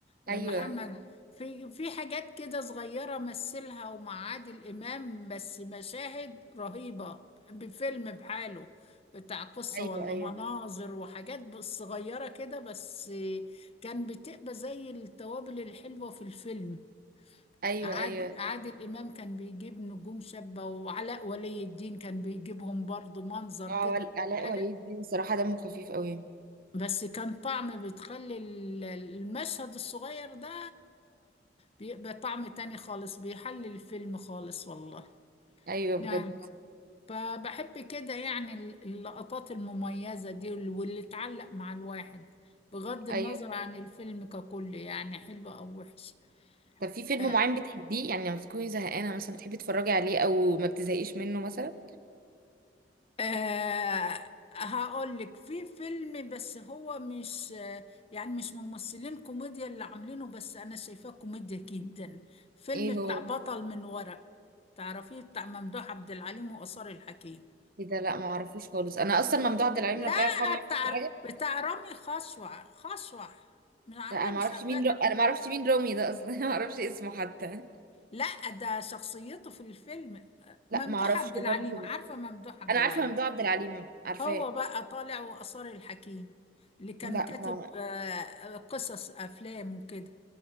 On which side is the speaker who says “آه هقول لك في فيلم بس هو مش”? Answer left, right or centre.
Left